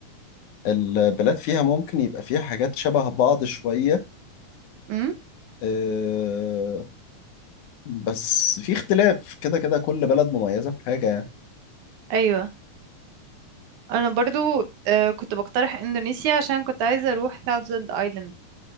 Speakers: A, on the left; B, on the right.
A: البلاد فيها ممكن يبقى فيها حاجات شبه بعض شوية
B: مم.
A: آه، بس في اختلاف كده كده كل بلد مميزة بحاجة يعني
B: أيوة انا برضو آه، كنت بقترح اندونيسيا عشان كنت عايزه اروح ثاوزند ايلاند